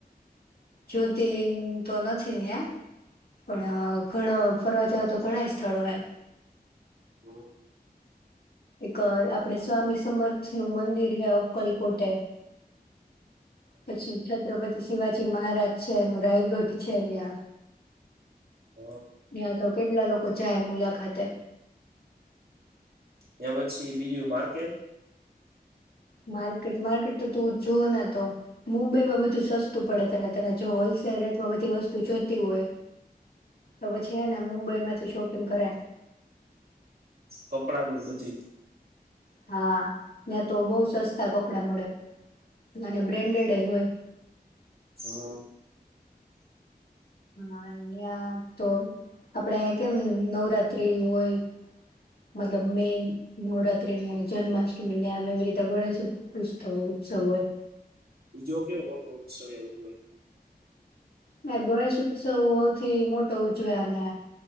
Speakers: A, on the left; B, on the right.
A: જ્યોતિલિંગ તો નથી, પણ ઘણા ફરવા જેવાં તો ઘણા સ્થળો હે.
B: હ
A: એક આપડે સ્વામી સમર્થ નું મંદિર હ અક્કલકોટે, પછી છત્રપતિ શિવાજી મહારાજ છે, એનું રાયગઢ છે, ત્યાં
B: હ
A: એ તો કેટલા લોકો જાય મુલાકાતે.
B: ત્યા પછી બીજું માર્કેટ‌?
A: માર્કેટ માર્કેટ તો તું જોવ ને તો મુંબઈમાં બધું સસ્તું પડે તને તને, જો હોલસેલ રેટમાં બધી વસ્તુ જોતી હોય તો, પછી એને મુંબઈમાંથી શોપિંગ કરાય.
B: કપડાંની બધી
A: હાં. ને તો બહુ સસ્તા કપડા મળે, અને બ્રેન્ડેડ હોય.
B: હાં.
A: હાં તો આપડે અહીં કેમ નવરાત્રી હોય! મતલબ મેન નવરાત્રીને, જન્માષ્ટમીને એવી રીતે ગણેશ ઉત્વ ઉત્સવ હોય.
B: બીજો કયો મોટો ઉત્સવ એવો જોઈએ?
A: ના ગણેશ ઉત્સવ સૌથી મોટો ઉજવે, અને